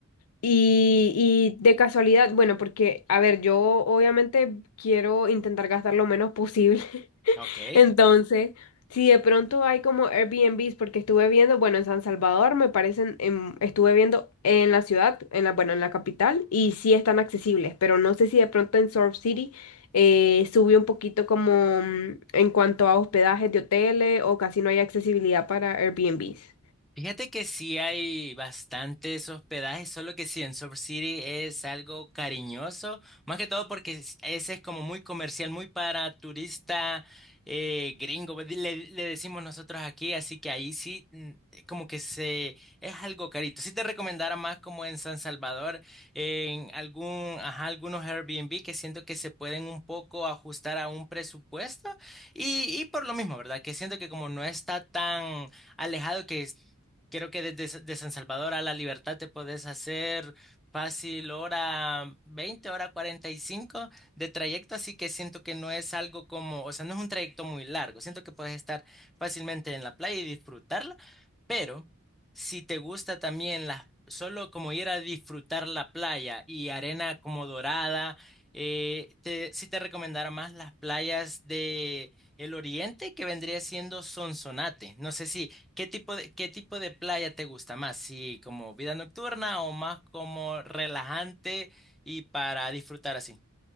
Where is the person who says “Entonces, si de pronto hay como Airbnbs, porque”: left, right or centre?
Left